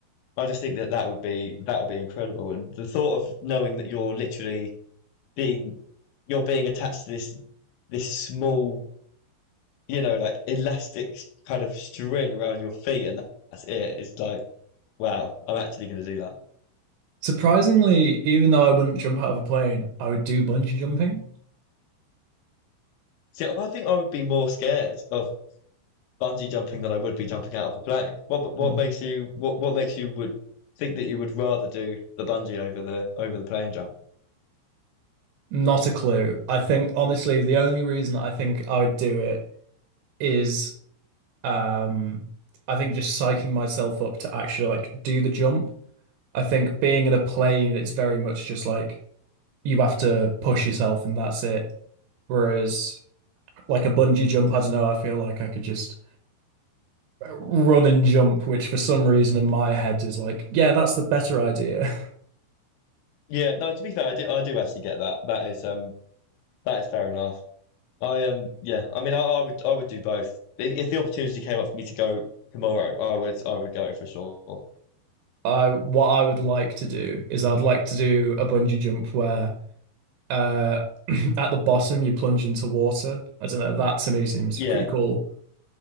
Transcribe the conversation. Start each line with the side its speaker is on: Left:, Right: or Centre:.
Left: I just think that that would be that would be incredible. And the thought of knowing that you're literally being you're being attached to this this small you know, like elastic kind of string around your feet, and that- that's it. It's like, wow, I'm actually going to do that.
Right: Surprisingly, even though I wouldn't jump out of a plane, I would do bungee jumping.
Left: See, I think I would be more scared of bungee jumping than I would be jumping out of a plane. What what
Right: Mm.
Left: makes you what what makes you would think that you would rather do the bungee over the over the plane jump?
Right: Not a clue. I think honestly, the only reason I think I would do it is um I think just psyching myself up to actually like do the jump. I think being in a plane, it's very much just like you have to push yourself and that's it. Whereas like a bungee jump, I don't know, I feel like I could just run and jump, which for some reason in my head is like, yeah, that's the better idea.
Left: Yeah, no, to be fair, I do I do actually get that. That is um that is fair enough. I um yeah, I mean I, I would I would do both. If, if the opportunity came up for me to go tomorrow, I would I would go for sure.
Right: I what I would like to do is I'd like to do a bungee jump where uh <clears throat> at the bottom you plunge into water. I don't know, that to me seems
Left: Yeah,
Right: pretty cool.